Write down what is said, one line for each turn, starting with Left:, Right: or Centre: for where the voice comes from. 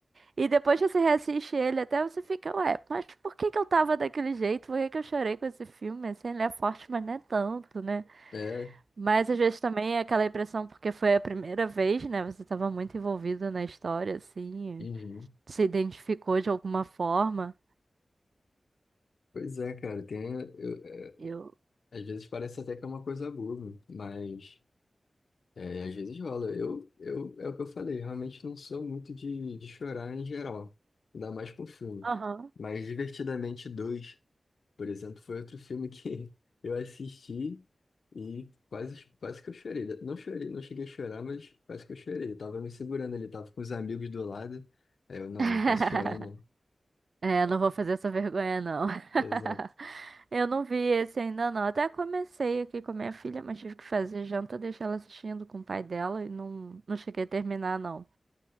Right: E depois que você reassiste ele, até você fica, ué, mas por que que eu tava daquele jeito? Por que que eu chorei com esse filme? Assim, ele é forte, mas não é tanto, né?
Left: É,
Right: Mas às vezes também é aquela impressão porque foi a primeira vez, né? Você tava muito envolvido na história, assim,
Left: uhum.
Right: se identificou de alguma forma.
Left: Pois é, cara. Tem, eu- é,
Right: Eu.
Left: às vezes parece até que é uma coisa boba, mas é, às vezes rola. Eu, eu, é o que eu falei, realmente não sou muito de, de chorar em geral, ainda mais com filme.
Right: Aham.
Left: Mas Divertidamente dois. Por exemplo, foi outro filme que <laughs> eu assisti e quase, quase que eu chorei. Não chorei, não cheguei a chorar, mas quase que eu chorei. Eu tava me segurando ali, tava com os amigos do lado. Aí eu, não,
Right: <laughs>
Left: não posso chorar, não.
Right: É, não vou fazer essa vergonha, não.
Left: Exato.
Right: <laughs> Eu não vi esse ainda, não. Até comecei aqui com a minha filha, mas tive que fazer janta, deixei ela assistindo com o pai dela e não, não cheguei a terminar, não.